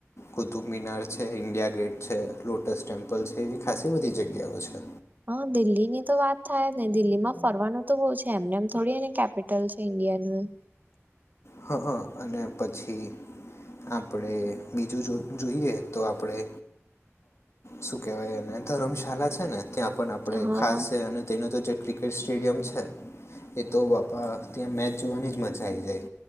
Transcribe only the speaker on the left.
કુતુબ મિનાર છે ઇન્ડિયા ગેટ. છે લોટસ ટેમ્પલ છે એવી ખાસી બધી જગ્યાઓ છે.
હા હા અને પછી આપણે બીજું જો જોઈએ તો આપણે. શું કહેવાયને ધર્મશાળા છે ને ત્યાં પણ આપ આપણે
ખાસ
છે અને તેનો તો જે ક્રિકેટ સ્ટેડિયમ છે. એ તો બાપા ત્યાં મેચ જોવાની જ મજા આવી જાય.